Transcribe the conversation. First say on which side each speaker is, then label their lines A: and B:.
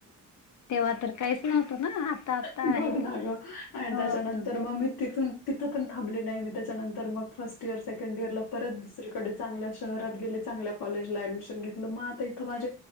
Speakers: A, on the left (about 65°); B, on the left (about 80°).
A: तेव्हा तर काहीच नव्हतं ना आता आता
B: बघ
A: आहे
B: ना
A: ते
B: गं आणि
A: हो
B: त्यांच्या नंतर, मग मी तिथून तिथं पण थांबली नाही, मी त्याच्यानंतर मग फर्स्ट इयर सेकंड इयरला. परत दुसरीकडे चांगल्या शहरात गेले. चांगल्या कॉलेजला ॲडमिशन घेतलं मग आता इथं माझे,